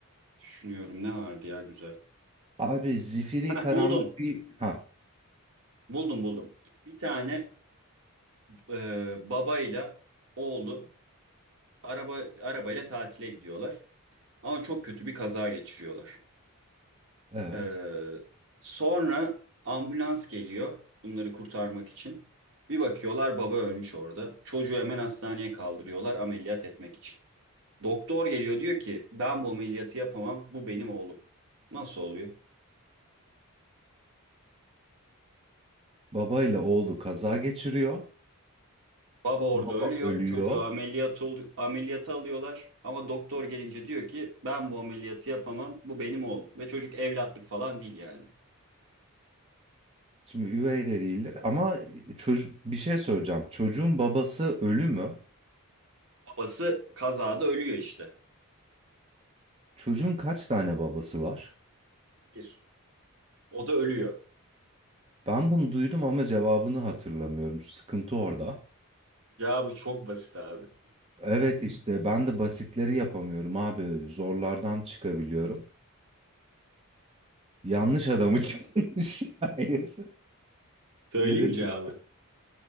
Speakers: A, on the right; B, on the right.
A: düşünüyorum ne vardı ya güzel.
B: Abi zifiri
A: Ha
B: karanlık
A: buldum.
B: bir... Ha
A: Buldum buldum. Bir tane e, babayla oğlu araba arabayla tatile gidiyorlar. Ama çok kötü bir kaza geçiriyorlar.
B: evet.
A: E, sonra ambulans geliyor bunları kurtarmak için. Bir bakıyorlar baba ölmüş orada. Çocuğu hemen hastaneye kaldırıyorlar ameliyat etmek için. Doktor geliyor diyor ki ben bu ameliyatı yapamam bu benim oğlum. Nasıl oluyor?
B: Baba ile oğlu kaza geçiriyor.
A: Baba orada
B: Baba
A: ölüyor
B: ölüyor.
A: çocuğu ameliyat oluyor, ameliyata alıyorlar ama doktor gelince diyor ki ben bu ameliyatı yapamam bu benim oğlum. Ve çocuk evlatlık falan değil yani.
B: Şimdi üvey de değildir ama çocuk bir şey soracağım. Çocuğun babası ölü mü?
A: Babası kazada ölüyor işte.
B: Çocuğun kaç tane babası var?
A: Bir. O da ölüyor.
B: Ben bunu duydum ama cevabını hatırlamıyorum. Sıkıntı orada.
A: Cevabı çok basit abi.
B: Evet işte ben de basitleri yapamıyorum abi. Zorlardan çıkabiliyorum. Yanlış adamı
A: Ee,
B: <laughs> çıkmış. Hayır.
A: söyleyeyim
B: Dedesi
A: mi cevabı?
B: mi?